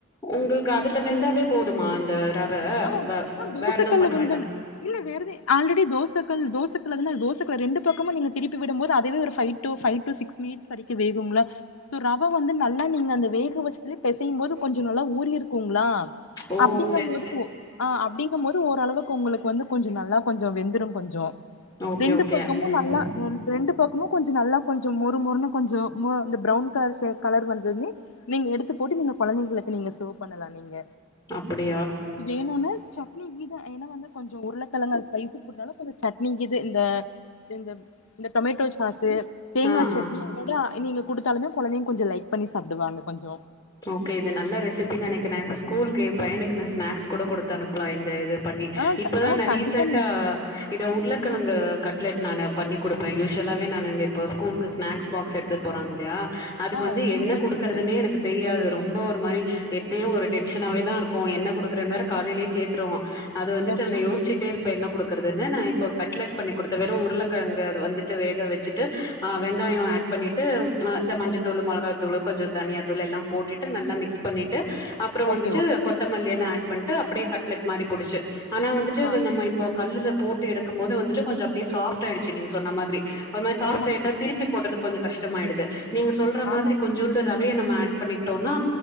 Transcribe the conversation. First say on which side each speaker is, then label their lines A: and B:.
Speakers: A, on the left; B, on the left.
A: உங்குளுக்கு அதுல வெந்தாவே போதுமா இந்த ரவ
B: ஆ
A: வ
B: அ தோச
A: வேற எதுவும்
B: கல்ல
A: பண்ண
B: வெந்தான
A: வேண்டாம்.
B: இல்ல வேறது ஆல்ரடி தோசை கல் தோசைக்கல்லதன அ தோச <unintelligible> ரெண்டு பக்கமு நீங்க திருப்பி விடும்போது அதுவே ஒரு five to five to six minutes வரைக்கு வேகும்ல சோ ரவ வந்து நல்லா நீங்க அந்த வேகவச்சிதிலேயே பெசையும் போது கொஞ்சு நல்லா ஊரிருக்குங்களா
A: ஓ!
B: அப்படிங்க
A: சரி.
B: மோது ஆ அப்படிங்கும் போது ஓரளவுக்கு உங்களுக்கு வந்து கொஞ்சு நல்லா கொஞ்சு வெந்துரும் கொஞ்சு
A: ஓகே,
B: ரெண்டு
A: ஓகே.
B: பக்கமு
A: ம்.
B: நல்லா ரெண்டு பக்கம கொஞ்ச நல்லா கொஞ்ச மொறு மொறுன்னு கொஞ்ச இந்த ப்ரவுன் கலர் செக் கலர் வந்ததுமே நீங்க எடுத்து போட்டு நீங்க குழந்தைங்களுக்கு நீங்க சேவ் பண்ணலா நீங்க
A: அப்படியா
B: இன்னொன்னு சட்னி கீத ஏன்னா வந்து கொஞ்சம் உருளைக்கிழங்க ஸ்பைசி போனாலும் கொஞ்சம் சட்னி கீது இந்த இந்த இந்த டொமேட்டோ சாசு தேங்கா
A: ஆ,
B: சட்னி
A: ஆ.
B: அதோட நீங்க கொடுத்தாலமே குழந்தைங்க கொஞ்ச லைக் பண்ணி சாப்பிடுவாங்க கொஞ்ச
A: ஓகே இது நல்ல ரெசிபின்னு நினைக்குற இப்ப ஸ்கூலுக்கு எ பையனுக்கு ஸ்நாக்ஸ் கூட கொடுத்து அனுப்புலா இந்த இது பண்ணி
B: ஆ
A: இப்பதா
B: க- ஆ கண்டிப்பா
A: ரீசன்டா
B: நீங்க
A: இத உருளைக்கிழங்கு கட்லட் நானு பண்ணி குடுப்ப யூசுவலாவே நானு இந்த இப்ப ஸ்கூலுக்கு ஸ்நாக்ஸ் பாக்ஸ் எடுத்துட் போறாங்கல்லையா அதுக்கு
B: ஆ
A: வந்து
B: ஓகே
A: என்ன
B: ஓகேங்க
A: குடுக்குறதுன்னே
B: சிஸ்டர்
A: எனக்கு அது ரொம்ப ஒரு மாரி எப்பயு ஒரு டென்ஷனாவே தா இருக்கு என்ன குடுக்குறனு வேற காலைலயே கேட்டுருவா அது வந்துட்டு
B: ஓகே
A: நா
B: ஓகே
A: யோசிச்சிட்டே இருப்பேன் என்ன குடுக் கிறதுனு நா இப்ப கட்லட் பண்ணி குடுத்த வெறு உருளக்கெழங்கு அது வந்துட்டு வேகவச்சுட்டு ஆ வெங்காயம் ஆட் பண்ணிட்டு ஆ இந்த மஞ்சத் தூளு மொளகா தூளு கொஞ்ச தனியா தூள் எல்லாம் போட்டுட்டு நல்லா மிக்ஸ் பண்ணிட்டு அப்புறம் வந்துட்டு
B: ஓகே ஓகே
A: கொத்தமல்லி எல்லா ஆட் பண்ட்டு அப்டியே கட்லட் மாரி புடிச்சு ஆனா வந்துட்டு அத
B: ஆ
A: நம்ம இப்போ கல்லுல போட்டு எடுக்கும் போது வந்துட்டு கொஞ்ச அப்டியே சாப்ட் ஆயிடுச்சு நீங்க சொன்ன மாதிரி ஒரு மாரி சாப்ட்
B: ஆமாங்க
A: ஆயிட்டா
B: சிஸ்டர்
A: திருப்பி போடுறது கொஞ்ச கஷ் ஷ்டமாயிடுது நீங்க சொல்ற
B: ஆமாங்க
A: மாதிரி கொஞ்சோண்டு ரவ் வே நம்ம ஆட் பண்ணிட்டோன்னா